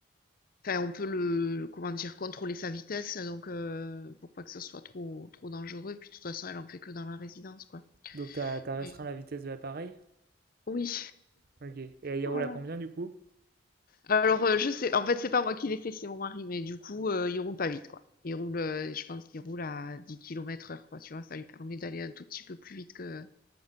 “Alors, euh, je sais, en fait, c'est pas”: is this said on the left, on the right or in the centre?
Left